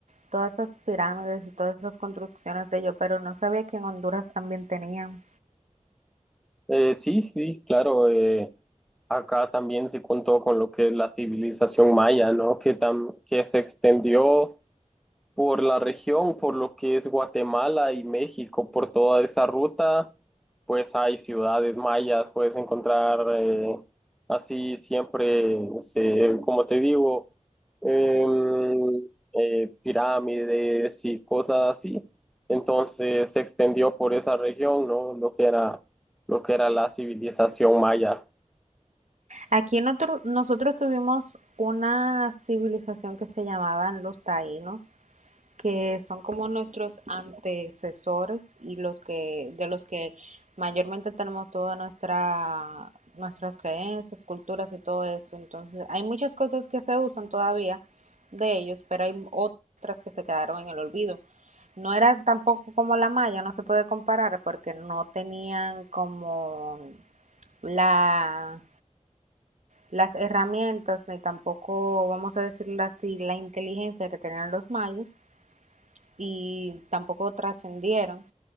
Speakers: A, on the right; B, in the centre.
A: todas esas pirámides y todas esas construcciones de ellos, pero no sabía que en Honduras también tenían.
B: Eh, sí, sí, claro, eh, acá también se contó con lo que es la civilización maya, ¿no? Que, tam, que se extendió por la región, por lo que es Guatemala y México, por toda esa ruta, pues hay ciudades mayas, puedes encontrar eh, así siempre, se- como te digo, em, eh, pirámides y cosas así. Entonces se extendió por esa región, ¿no? Lo que era, lo que era la civilización maya.
A: Aquí notor- nosotros tuvimos una civilización que se llamaban los taínos, que son como nuestros antecesores y los que, de los que mayormente tenemos toda nuestra, nuestras creencias, culturas y todo eso. Entonces, hay muchas cosas que se usan todavía de ellos, pero hay otras que se quedaron en el olvido. No era tampoco como la maya, no se puede comparar porque no tenían como la las herramientas, ni tampoco, vamos a decirlo así, la inteligencia que tenían los mayas y tampoco trascendieron.